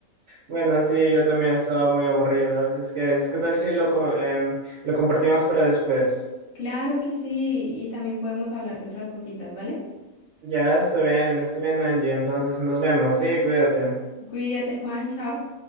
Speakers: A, on the right; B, on the left.
A: Bueno, sí, yo también estaba muy aburrido, así es que, es- ¿qué tal si lo, co- em, lo compartimos para después?
B: Claro que sí, y también podemos hablar de otras cositas, ¿vale?
A: Ya, estoy bien, estoy bien, Angie, entonces nos vemos, sí, cuídate.
B: Cuídate, Juan, chao.